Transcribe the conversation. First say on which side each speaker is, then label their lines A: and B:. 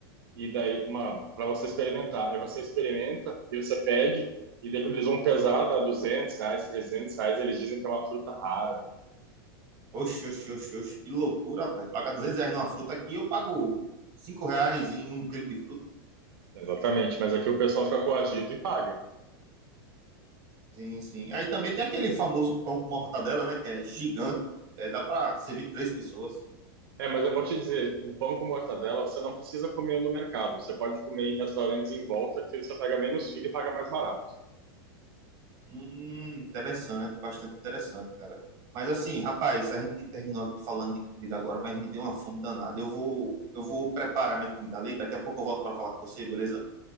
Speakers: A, on the right; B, on the right.
A: e daí uma para você experimentar. Aí você experimenta e você pede e daí quando eles vão pesar, dá 200 reais, 300 reais, eles dizem que é uma fruta rara.
B: Oxe, oxe, oxe, oxe, que loucura, rapaz. Pagar 200 reais numa fruta aqui, eu pago 5 reais em um quilo de fruta.
A: Exatamente, mas aqui o pessoal fica coagido e paga.
B: Sim, sim. Aí também tem aquele famoso pão com mortadela, né? Que é gigante. É, dá para servir três pessoas.
A: É, mas eu vou te dizer, um pão com mortadela você não precisa comer no mercado. Você pode comer em restaurantes em volta que você paga menos filho e paga mais barato.
B: Hum, interessante, bastante interessante, cara. Mas assim, rapaz, a gente terminou aqui falando de comida agora, mas me deu uma fome danada. Eu vou, eu vou preparar minha comida ali. Daqui a pouco eu volto para falar com você, beleza?